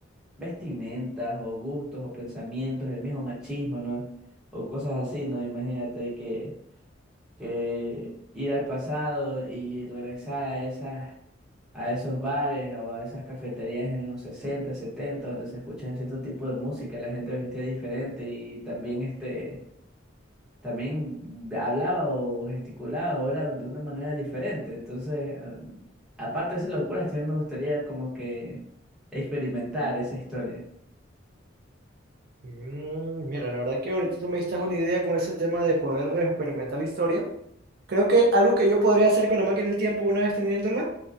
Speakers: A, in the centre; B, on the right (about 50°).
A: vestimentas o gustos o pensamientos, el mismo machismo, ¿no? O cosas así, ¿no? Imagínate que que ir al pasado y regresar a esas, a esos bares o a esas cafeterías en los sesenta setenta donde se escuchaba cierto tipo de música, la gente vestía diferente y también este, también hablaba o gesticulaba ahora de una manera diferente. Entonces, a- aparte de esas locuras, también me gustaría como que experimentar esa historia.
B: Mm, mira, la verdad que ahorita tú me diste una idea con ese tema de poder experimentar la historia. Creo que algo que yo podría hacer con la máquina del tiempo una vez teniéndola